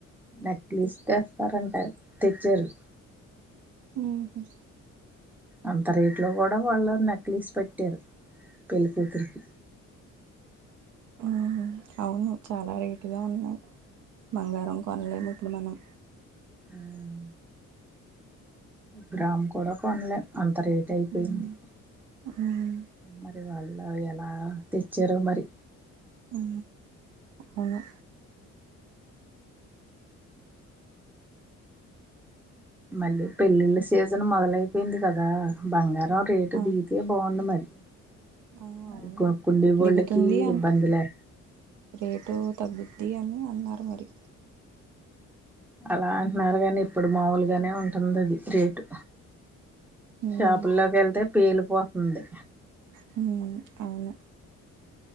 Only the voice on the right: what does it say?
హుహూ
హుహ్ అవును చాలా రేటుగా ఉన్నాయ్. బంగారం కొనలేము ఇప్పుడు మనం
ఉమ్ ఉమ్
హూ అవును
ఆ
ఆ అవును
దిగుతుంది అట్
రేటు తగ్ ది అని అన్నారు మరి
ఉమ్
హు్ అవును